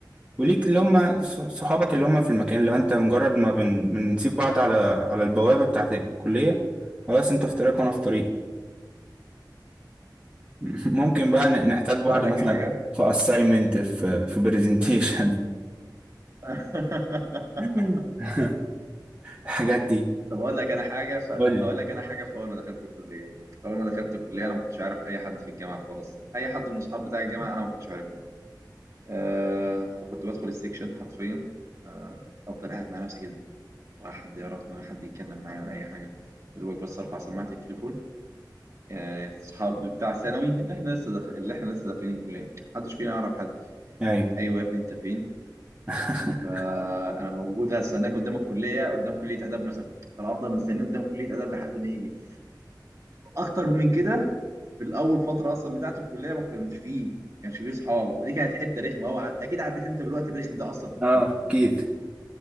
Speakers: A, on the right; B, on the right.
A: وليك اللي هم ص- صحابك اللي هم في المكان اللي هو انت مجرد ما بن... بنسيب بعض على على البوابة بتاعة الكلية خلاص انت في طريقك وانا في طريقي <laughs> ممكن بقى ن- نحتاج بعض
B: اقول لك
A: مثلا
B: حاجه
A: في assignment في في presentation
B: <laughs>
A: <laughs> الحاجات دي
B: طب اقول لك انا حاجه ف...
A: قول لي
B: اقول لك انا حاجه في اول ما دخلت الكليه اول ما دخلت الكليه انا ما كنتش عارف اي حد في الجامعه خالص اي حد من اصحاب بتاع الجامعه انا ما كنتش عارفهم آه فكنت بدخل السكشن حرفيا آه افضل قاعد مع نفسي كده ولا حد يعرفني ولا حد يتكلم معايا ولا اي حاجه يا دوبك بس ارفع سماعه التليفون آه، اصحابي بتاع ثانوي اللي احنا لسه داخل اللي احنا لسه داخلين الكليه محدش فينا يعرف حد
A: ايوه
B: ايوه يا ابني انت فين
A: <laughs>
B: فانا موجود هستناك قدام الكليه قدام كليه اداب مثلا فالافضل مستنيه قدام كليه اداب لحد ما يجي اكتر من كده في الاول فتره اصلا بتاعت الكليه ما كناش فيه ما كانش فيه اصحاب ودي كانت حته رخمه قوي اكيد عديت انت بالوقت الرخم ده اصلا في الكليه
A: اه اكيد